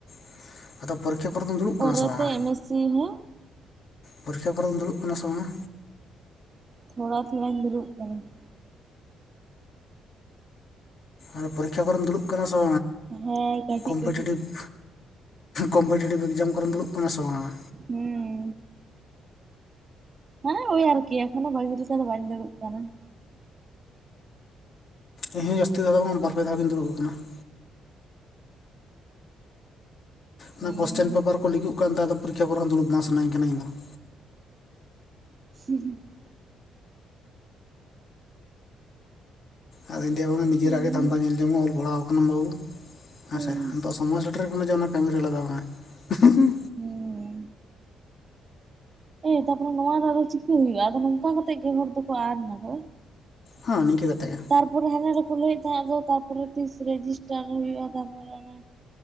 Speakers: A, on the left; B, on the right.
A: ᱾ ᱟᱫᱚ ᱯᱚᱨᱤᱠᱷᱟ ᱠᱚᱨᱮ ᱫᱚᱢ ᱫᱩᱲᱩᱵ
B: ᱯᱚᱨᱮᱛᱮ
A: ᱠᱟᱱᱟ ᱥᱮ ᱵᱟᱝᱼᱟ?
B: ᱮᱢ ᱮᱥ ᱥᱤ ᱦᱚᱸ
A: ᱯᱚᱨᱤᱠᱷᱟ ᱠᱚᱨᱮ ᱫᱚᱢ ᱫᱩᱲᱩᱵ ᱠᱟᱱᱟ ᱥᱮ ᱵᱟᱝᱼᱟ?
B: ᱛᱷᱚᱲᱟ ᱛᱷᱚᱲᱟᱧ ᱫᱩᱲᱩᱵ ᱠᱟᱱᱟ ᱾
A: ᱟᱨ ᱯᱚᱨᱤᱠᱠᱷᱟ ᱠᱚᱨᱮᱢ ᱫᱩᱲᱩᱵ ᱠᱟᱱᱟ ᱥᱮ
B: ᱦᱮᱸ ᱠᱟᱹᱴᱤᱡ
A: ᱠᱚᱢᱯᱤᱴᱤᱮᱴᱤᱵᱷ?
B: ᱠᱟᱹᱴᱤᱡ
A: ᱠᱚᱢᱯᱤᱴᱤᱮᱴᱤᱵᱽ ᱮᱠᱡᱟᱢ ᱠᱚᱨᱮᱢ ᱫᱩᱲᱩᱵ ᱠᱟᱱᱟ ᱥᱮ ᱵᱟᱝ?
B: ᱦᱮᱸ ᱾ ᱦᱮᱸ ᱳᱭ ᱟᱨᱠᱤ ᱮᱠᱷᱚᱱᱳ ᱵᱷᱟᱹᱜᱤ ᱞᱮᱠᱟ ᱫᱚ ᱵᱟᱹᱧ ᱫᱩᱲᱩᱵ ᱠᱟᱱᱟ ᱾
A: ᱤᱧ ᱦᱚ ᱡᱟᱥᱛᱤ ᱫᱷᱟᱣ ᱫᱚ ᱵᱟᱝ ᱵᱟᱨ ᱯᱮ ᱫᱷᱟᱣ ᱜᱮᱧ ᱫᱩᱲᱩᱵ ᱟᱠᱟᱱᱟ ᱾
B: ᱦᱩᱸ
A: ᱚᱱᱟ ᱠᱚᱥᱪᱟᱱ ᱯᱮᱯᱟᱨ ᱠᱚ ᱞᱤᱜ ᱠᱟᱱ ᱛᱟᱭ ᱟᱫᱚ ᱯᱚᱨᱤᱠᱠᱷᱟ ᱠᱚᱨᱮ ᱦᱚᱸ ᱫᱩᱲᱩᱵ ᱵᱟᱝ ᱥᱟᱱᱟᱧ ᱠᱟᱱᱟ ᱤᱧ ᱫᱚ ᱾
B: <unintelligible>
A: ᱟᱫᱚᱧ ᱞᱟᱹᱭᱟ ᱵᱟᱠᱷᱟᱱ ᱱᱤᱡᱮᱨᱟᱜ
B: ᱦᱩᱸ
A: ᱜᱮ ᱫᱷᱟᱫᱟ ᱧᱮᱞ ᱧᱚᱝᱚᱜ ᱢᱮ ᱚᱞ ᱯᱟᱲᱦᱟᱣ ᱟᱠᱟᱱᱟ ᱵᱟᱹᱵᱩ
B: ᱦᱩᱸ
A: ᱦᱮᱸᱥᱮ ᱥᱚᱢᱚᱭ ᱥᱮᱴ ᱡᱮ ᱚᱱᱟ ᱠᱟᱹᱢᱤ ᱨᱮ ᱞᱟᱜᱟᱣ ᱢᱮ <unintelligible>
B: ᱦᱮᱸ᱾ ᱮ ᱛᱟᱨᱯᱚᱨᱮ ᱱᱚᱣᱟ ᱫᱚ ᱟᱫᱚ ᱪᱤᱠᱟᱹ ᱦᱩᱭᱩᱜᱼᱟ, ᱟᱫᱚ ᱱᱚᱝᱠᱟ ᱠᱟᱛᱮᱜ ᱜᱮ ᱦᱚᱲ ᱫᱚᱠᱚ ᱟᱫ ᱱᱟᱠᱚ?
A: ᱦᱩᱸ ᱱᱤᱠᱟᱹ ᱠᱟᱛᱮᱜ ᱜᱮ᱾
B: ᱛᱟᱨᱯᱚᱨᱮ ᱦᱟᱱᱮ ᱦᱟᱸᱰᱮ ᱠᱚ ᱞᱟᱹᱭᱮᱫ ᱛᱟᱦᱮᱸᱫ ᱫᱚ ᱛᱟᱨᱯᱚᱨᱮ ᱛᱤᱥ ᱨᱮᱡᱤᱥᱴᱟᱨ ᱦᱩᱭᱩᱜᱼᱟ ᱛᱟᱯᱚᱨᱮ ᱚᱱᱟ